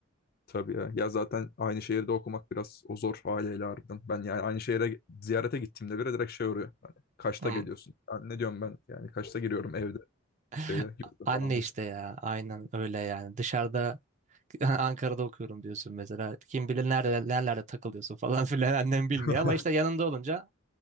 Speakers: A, on the left (about 45°); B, on the right (about 35°).
A: Tabii ya. Ya zaten aynı şehirde okumak biraz o zor aileyle harbiden. Ben yani aynı şehire ziyarete gittiğimde bile direkt şey oluyor. Hani kaçta
B: Hmm.
A: geliyorsun? Yani ne diyorum ben? Yani kaçta giriyorum evde
B: <laughs>
A: şeye yurda
B: Anne
A: falan
B: işte
A: desin.
B: ya aynen öyle yani dışarıda <laughs> Ankara'da okuyorum diyorsun mesela kim bilir nerede nerelerde takılıyorsun falan <laughs> filan annem bilmiyor
A: <laughs>
B: ama işte yanında olunca